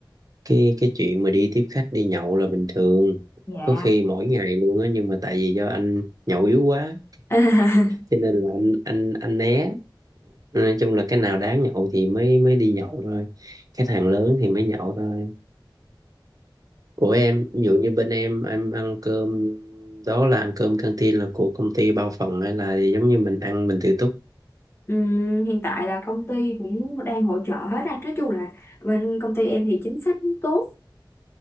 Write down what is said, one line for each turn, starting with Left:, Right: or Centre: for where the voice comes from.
Right: cái cái chuyện mà đi tiếp khách đi nhậu là bình thường
Left: dạ
Right: có khi mỗi ngày luôn á nhưng mà tại vì do anh nhậu yếu quá
Left: <laughs>
Right: cho nên là anh anh anh né nói chung là cái nào đáng nhậu thì mới mới đi nhậu thôi cái thằng lớn thì mới nhậu thôi của em ví dụ như bên em em ăn cơm đó là ăn cơm canteen là của công ty bao phần hay là giống như mình ăn mình tự túc
Left: Ừm, hiện tại là công ty cũng đang hỗ trợ hết á. Nói chung là bên công ty em thì chính sách cũng tốt.